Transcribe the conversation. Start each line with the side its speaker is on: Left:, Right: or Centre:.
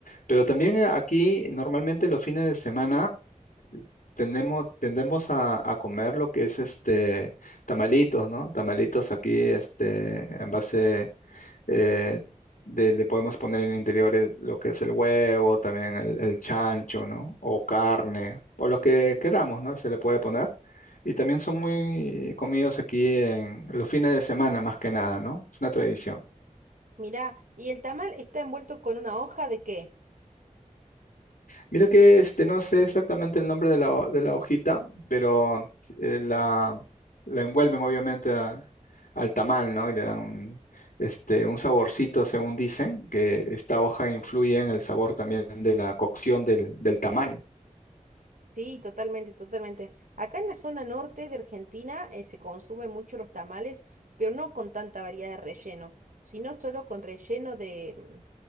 Left: Pero también eh, aquí normalmente los fines de semana tenemos tendemos a, a comer lo que es este tamalitos, ¿no? Tamalitos aquí, este, en base eh, de- le podemos poner en interiores lo que es el huevo, también el, el chancho, ¿no? O carne, o lo que queramos, ¿no? Se le puede poner. Y también son muy comidos aquí en los fines de semana, más que nada, ¿no? Es una tradición.
Right: Mirá, ¿y el tamal está envuelto con una hoja de qué?
Left: Mira que este, no sé exactamente el nombre de la, ho- de la hojita, pero eh, la, la envuelven obviamente a- al tamal, ¿no? Y le dan un, este, un saborcito, según dicen, que esta hoja influye en el sabor también de la cocción del, del tamal.
Right: Sí, totalmente, totalmente. Acá en la zona norte de Argentina eh, se consumen mucho los tamales, pero no con tanta variedad de relleno, sino solo con relleno de mm,